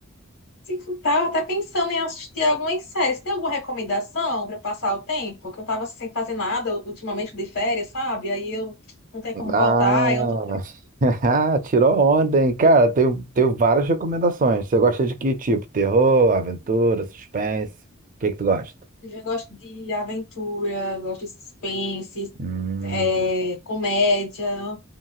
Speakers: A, on the left (about 75°); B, on the right (about 40°).
A: assim, tava até pensando em assistir algumas séries. Tem alguma recomendação para passar o tempo? Que eu tava sem fazer nada ultimamente de férias, sabe? Aí eu não tenho como
B: Ah,
A: voltar, eu tô por aqui.
B: <laughs> tirou onda, hein? Cara, tenho, tenho várias recomendações. Você gosta de que tipo? Terror, aventura, suspense? O que que tu gosta?
A: Eu já gosto de aventura, gosto de suspense,
B: Hum.
A: é, comédia.